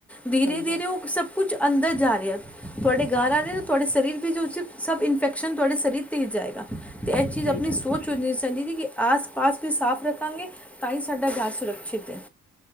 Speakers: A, in the centre; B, on the left.
A: ਦੀਰੇ
B: ਸਹੀ
A: ਦੀਰੇ
B: ਗੱਲ
A: ਉਹ
B: ਹੈ
A: ਸਭ ਕੁਛ ਅੰਦਰ ਜਾ ਰਿਹਾ ਤੁਹਾਡੇ ਘਰ ਆ ਰਹੇ ਤੁਹਾਡੇ ਸਰੀਰ ਵੀ ਜੋ ਸੀ ਸਭ ਇਨਫੈਕਸ਼ਨ ਤੁਹਾਡੇ ਸਰੀਰ ਤੇ ਜਾਏਗਾ। ਤੇ ਇਹ ਚੀਜ਼
B: ਸਹੀ
A: ਆਪਣੀ
B: ਗੱਲ
A: ਸੋਚ ਹੋਣੀ ਚਾਹੀਦੀ ਕੀ ਆਸ ਪਾਸ ਵੀ ਸਾਫ਼ ਰੱਖਾਂਗੇ ਤਾਂ ਹੀ ਸਾਡਾ ਘਰ ਸੁਰੱਖਸ਼ਿਤ ਹੈ